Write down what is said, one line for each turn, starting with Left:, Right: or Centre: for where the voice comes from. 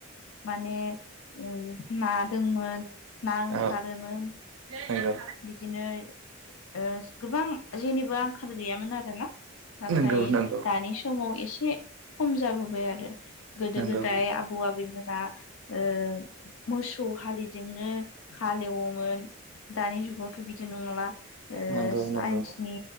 Left: माने ओ ना दंमोन ना ओंखारोमोन।
Right: औ नंगौ
Left: बिदिनो ओ गोबां जेनिबो आंखाल गैयामोन आरोना। नाथाय
Right: नंगौ नंगौ
Left: दानि समाव एसे खम जाबोबाय आरो। गोदो-गोदाय
Right: नंगौ
Left: आबौ आबैमोना ओ मोसौ हालिदोंनो हालेवोमोन। दानि जुगावथ' बिदि नंला ओ
Right: नंगौ नंगौ
Left: साइन्सनि
Right: नंगौ